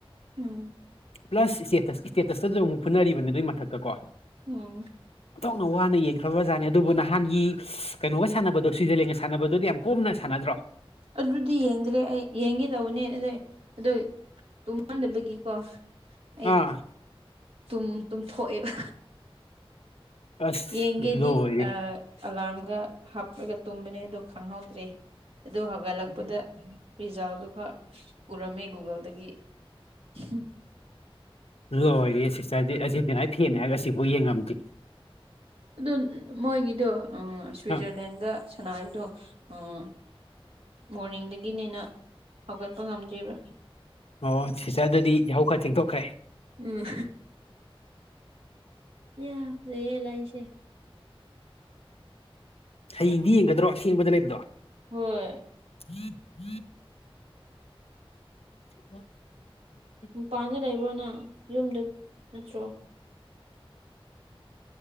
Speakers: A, on the right; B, on the left.
A: ꯎꯝ
B: ꯄ꯭ꯂꯁ ꯏꯁꯇꯦꯇꯁ ꯏꯁꯇꯦꯇꯁꯇꯁꯨ ꯑꯃꯨꯛ ꯐꯨꯟꯅꯔꯤꯕꯅꯦ ꯑꯗꯨꯏ ꯃꯊꯛꯇ ꯀꯣ
A: ꯑꯣ
B: ꯑꯣꯟꯊꯣꯛꯅ ꯋꯥꯅ ꯌꯦꯡꯈ꯭ꯔꯥꯕꯖꯥꯠꯅꯤ ꯑꯗꯨꯕꯨ ꯅꯍꯥꯟꯒꯤ ꯀꯩꯅꯣꯒ ꯁꯥꯟꯅꯕꯗꯣ ꯁ꯭ꯋꯤꯖꯔꯂꯦꯟꯒ ꯁꯥꯟꯅꯕꯗꯨꯗꯤ ꯌꯥꯝ ꯀꯣꯝꯅ ꯁꯥꯟꯅꯗ꯭ꯔꯣ
A: ꯑꯗꯨꯗꯤ ꯌꯦꯡꯗ꯭ꯔꯦ ꯑꯩ ꯌꯦꯡꯒꯦ ꯇꯧꯕꯅꯦ ꯑꯗꯨꯗꯩꯩ ꯑꯗꯣ ꯇꯨꯝꯃꯥꯟꯗꯕꯒꯤꯀꯣ ꯑꯩ
B: ꯑꯥ
A: ꯇꯨꯝ ꯇꯨꯝꯊꯣꯛꯑꯦꯕ
B: ꯑꯁ
A: ꯌꯦꯡꯒꯦꯗꯤ
B: ꯂꯣꯏꯔꯦ
A: ꯑ ꯑꯂꯥꯝꯒ ꯍꯥꯞꯂꯒ ꯇꯨꯝꯕꯅꯦ ꯑꯗꯣ ꯈꯪꯍꯧꯗ꯭ꯔꯦ ꯑꯗꯨ ꯍꯧꯒꯠꯂꯛꯄꯗ ꯔꯤꯖꯥꯜꯗꯨ ꯈꯛ ꯎꯔꯝꯃꯦ ꯒꯨꯒꯜꯗꯒꯤ ꯎꯝ
B: ꯂꯣꯏꯔꯦ ꯁꯤꯁꯇꯔꯗꯤ ꯑꯖꯦꯟꯇꯤꯅꯥ ꯐꯦꯟꯅꯦ ꯍꯥꯏꯔꯒ ꯑꯁꯤꯕꯧ ꯌꯦꯡꯉꯝꯗꯦ
A: ꯑꯗꯣ ꯃꯣꯏꯒꯤꯗꯣ ꯑꯥ ꯁ꯭ꯋꯤꯖꯔꯂꯦꯟꯒ
B: ꯑ
A: ꯁꯅꯔꯤꯗꯣ ꯑꯥ ꯃꯣꯔꯅꯤꯡꯗꯒꯤꯅꯦꯅ ꯍꯧꯒꯠꯄ ꯉꯝꯗ꯭ꯔꯤꯕ
B: ꯑꯣ ꯁꯤꯆꯔ ꯑꯗꯨꯗꯤ ꯌꯥꯍꯧ ꯈꯔ ꯊꯦꯡꯗꯣꯛꯈ꯭ꯔꯦ
A: ꯎꯝ ꯏꯌꯥ ꯐꯖꯩꯌꯦ ꯂꯩꯁꯦ
B: ꯍꯌꯦꯡꯗꯤ ꯌꯦꯡꯒꯗ꯭ꯔꯣ ꯑꯊꯦꯡꯕꯗ ꯂꯩꯕꯗꯣ
A: ꯍꯣꯏ
B: <inaudible> <inaudible>
A: ꯃꯄꯥꯟꯗ ꯂꯩꯕ꯭ꯔꯣꯅ ꯌꯨꯝꯗ ꯅꯠꯇ꯭ꯔꯣ